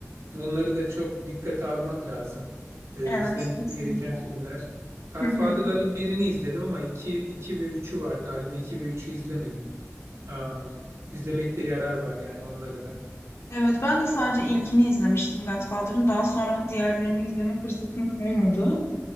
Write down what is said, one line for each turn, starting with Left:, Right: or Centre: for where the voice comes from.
Right: Onları da çok dikkate almak lazım. E,
Left: Evet
Right: izlenmesi
Left: kesinlikle.
Right: gereken filmler.
Left: <laughs>
Right: Godfather'ların
Left: Hı hı.
Right: birini izledim ama iki, iki ve üçü var galiba. iki ve üçü izlemedim. Um, izlemekte yarar var yani onları da.
Left: Evet ben de sadece ilkini izlemiştim Godfather'ın. Daha sonra diğerlerini izleme fırsatım olmadı.